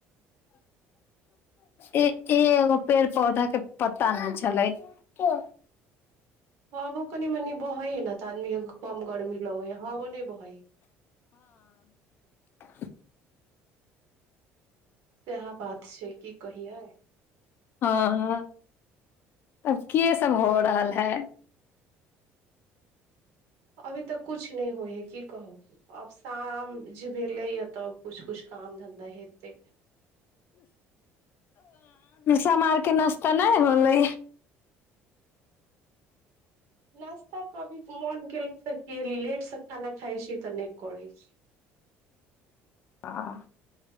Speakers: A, on the left; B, on the right.
A: ई तऽ एगो पेड़-पौधो तक नहि हिलै छलै।
B: हब कनि मननि बै हँ ने, तऽ आदमीकेँ नीक लगै छै। कम गरमी ल य ह ओ नहि बहइ
A: आ
B: सएह बात छै की कहियै
A: हँ, आब की सभ भऽ रहल छै?
B: अभी तऽ किछु नहि होइ छै। की कहू, आब साँझ भेले पर किछु-किछु हवा चलै छै। काम धन्धा हत
A: समारके नाश्ता नहि होलै।
B: नास्तो अभी मोन नहि करै छै। की, लेटसँ खाना खाइ छी, तऽ नास्ता नहि करै छी।
A: हँ,